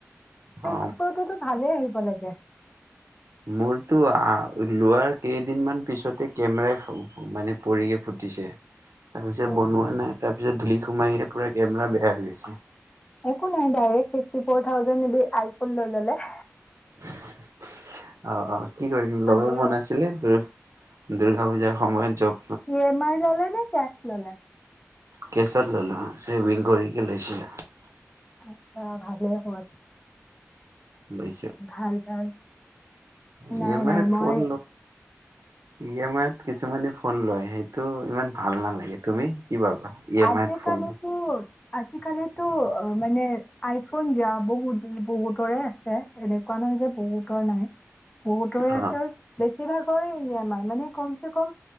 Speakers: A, on the left; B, on the right.
A: ছিক্স
B: অ
A: <unintelligible> ভালে আহিব লাগে।
B: মোৰটো আ লোৱাৰ কেইদিনমান পিছতে কেমেৰাই, মানে পৰিকে ফুটিছে। তাৰ পিছত
A: অ'।
B: বনোৱা নাই, তাৰ পিছত ধূলি সোমাই পুৰা কেমেৰা বেয়া হৈ গৈছে।
A: একো নাই, ডাইৰেক্ট <unintelligible> থাউজেণ্ডেদি আইফোন লৈ ল'লে।
B: অ', অ', কি কৰিম,
A: ভালে
B: ল'ব মন
A: হ'ল।
B: আছিলে <unintelligible> দুৰ্গা পূজাৰ সময়ত জব
A: ই এম আই ল'লে নে? কেচ ল'লে?
B: কেচত ল'লো, বিল <unintelligible>
A: আতচ্ছা, ভালে হ'ল।
B: লৈছোঁ।
A: ভাল ভাল।
B: ই
A: নাই
B: এম‌
A: নাই
B: আইত
A: মই
B: ফোন ই এম আইত কিছুমানে ফোন লয়, সেইটো ইমান ভাল নালাগে। তুমি? কি ভাবা ই এম
A: আজি
B: আইত ফোন
A: কালিতো, আজিকালি টো, অ', মানে আইফোন যা বহুত, বহুতৰে আছে, এনেকুৱা নহয় যে, বহুতৰ নাই। বহুতৰে
B: লোৱা?
A: আছে
B: অ
A: বেছ বেছি ভাগৰে ই এম আই, মানে কমচেকম